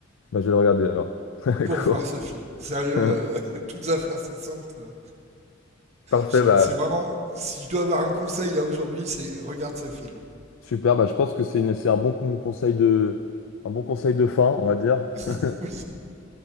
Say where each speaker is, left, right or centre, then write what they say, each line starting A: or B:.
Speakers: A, on the left; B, on the right.
A: bah je vais le regarder alors. <laughs>
B: cours
A: Cool.
B: voir ce film. Sérieux,
A: <laughs>
B: euh, <laughs> toutes affaires cessantes. euh,
A: Parfait,
B: c'est
A: bah
B: c'est vraiment. Si je dois avoir un conseil là aujourd'hui, c'est regarde ce film.
A: super. Bah je pense que c'est une, c'est un bon con- conseil de, un bon conseil de fin, on va dire, <laughs>
B: <laughs> oui.